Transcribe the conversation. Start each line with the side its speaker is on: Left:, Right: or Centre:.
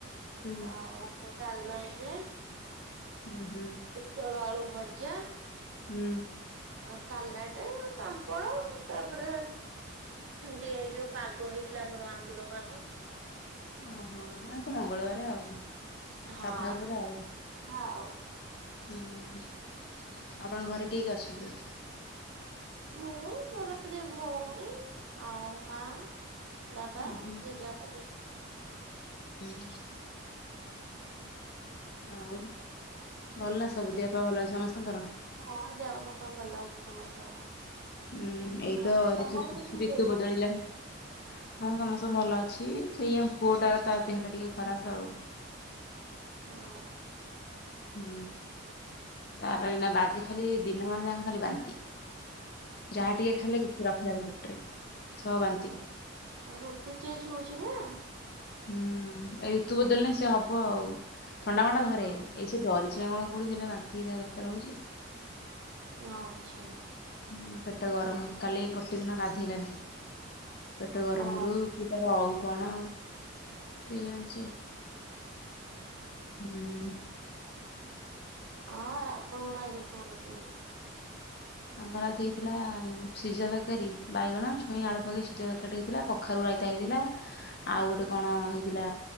Left: ହୁଁ
Right: ଆଉ ତାଲମା ହେଇଥିଲା।
Left: ହୁଁ ହୁଁ।
Right: ଟୋଳ ଆଳୁ ଭଜା।
Left: ହୁଁ।
Right: ଅ ସାଲାଟ ପାମ୍ପଡ ତାପରେ ଟ ଯୋଉ ପାଗ ହେଇଥିଲା ଆମର ଆମ୍ବୁଲ ପାଗ।
Left: ଓହୋ ଏତ ମଙ୍ଗଳବାର ଆଉ
Right: ହଁ
Left: ସାଧା ଉପରେ
Right: ନା
Left: ଆଉ।
Right: ଆଉ
Left: ହୁଁ ଆପଣଙ୍କ ଘରେ କିଏ କିଏ ଅଛନ୍ତି?
Right: ମୁଁ ମୋର ଦି ଭଉଣୀ ଆଉ ମା। ବାବା
Left: ଉଁ ହଁ
Right: ଜେଜେବାପା ଜେଜେମା
Left: ହୁଁ।
Right: <inaudible>
Left: ଆଉ ଭଲ ନା ସବୁ ଦିହପା ଭଲ ଅଛି ସମସ୍ତଙ୍କର।
Right: ହଁ ଦେହପା ଭଲ ଅଛି ସମସ୍ତଙ୍କର।
Left: ହୁଁ ଏଇତ
Right: ଆଉ ତମର
Left: ଋତୁ
Right: ସବୁ
Left: ଋତୁ
Right: କହୁଛନ୍ତି।
Left: ବଦଳିଲାଣି। ହଁ ସମସ୍ତେ ଭଲ ଅଛି, ସେଇଆ ପୁଅଟା ତା ଦେହଟା ଟିକେ ଖରାପ ଆଉ।
Right: ହଁ।
Left: ହୁଁ ତାର ଏଇନା ବାଜି ଖାଲି ଦିନ ମାନ ଯାକ ଖାଲି ବାନ୍ତି। ଯାହା ଟିକେ ଖାଇଲେ କିଛି ରଖିଲାନି ପେଟରେ ସବ ବାନ୍ତି।
Right: ଋତୁ ଚେଞ୍ଜ ହଉଛିି ନା।
Left: ହୁଁ ଏ ଋତୁ ବଦଲିନା ସେ ହବ ଆଉ ଥଣ୍ଡାଫଣ୍ଡା ଧରେ,
Right: ହଁ
Left: ଏଇ ସେ ଡରି ଯାଉନୁ କଣ କୁଡ଼ିଥିଲା ବାନ୍ତି ଦରକାର ହଉଛି।
Right: ନା ଆଚ୍ଛା।
Left: ହୁଁ ପେଟ ଗରମ କାଲି ଗୋଟେ ଦିନ ଗାଧେଇଲାନି। ପେଟ ଗରମରୁୁ
Right: ଓ
Left: କି ତାର ଆଉ କଣ? କି ଜାଣିଛି, ହୁଁ।
Right: ହଁ ଆପଣଙ୍କର ଆଜି କଣ ରୋଷେଇ ହେଇଛି?
Left: ଆମର ଆଜି ହେଇଥିଲା ସିଝା ତରକାରୀ, ବାଇଗଣ, ଛୁଇଁ,
Right: ହେଇଥିଲା?
Left: ଆଳୁ ପକେଇ ସିଝା ତରକାରୀ ହେଇଥିଲା, କଖାରୁ ରାଇତା ହେଇଥିଲା। ଆଉ ଗୋଟେ କଣ ହେଇଥିଲା,